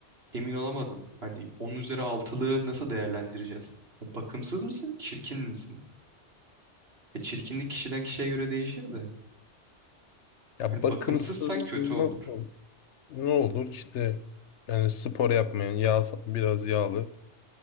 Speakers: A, on the right (about 55°); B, on the left (about 70°).
A: emin olamadım. Hani 10 üzeri altılığı nasıl değerlendireceğiz? Ya Bakımsız mısın, çirkin misin? E çirkinlik kişiden kişiye göre değişir de.
B: Ya
A: Hani
B: bakımsız
A: bakımsızsan kötü
B: nasıl?
A: olur.
B: Ne olur işte yani spor yapmayan, yağ, biraz yağlı.